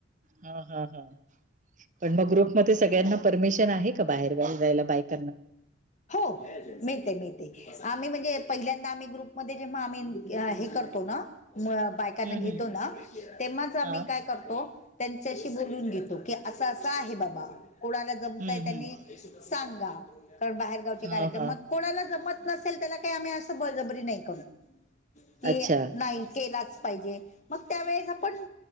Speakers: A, on the right; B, on the left.
A: हा हा हा. पण मग ग्रुपमध्ये सगळ्यांना परमिशन आहे का बाहेरगावी जायला बायकांना?
B: हो मिळते मिळते. आम्ही म्हणजे पहिल्यांदा आम्ही ग्रुपमध्ये जेव्हा आम्ही हे करतो ना बायकांना
A: हं,
B: घेतो
A: हं.
B: ना तेव्हाच आम्ही
A: हां.
B: काय करतो, त्यांच्याशी बोलून घेतो की, असं असं आहे बाबा कोणाला जमतंय
A: हं,
B: त्यांनी
A: हं.
B: सांगा. कारण बाहेरगावचे
A: हां,
B: कार्यक्रम
A: हां.
B: मग कोणाला जमत नसेल त्याला काही आम्ही असं बळजबरी नाही करत. की
A: अच्छा,
B: नाही केलाच पाहिजे. मग त्यावेेळेस आपण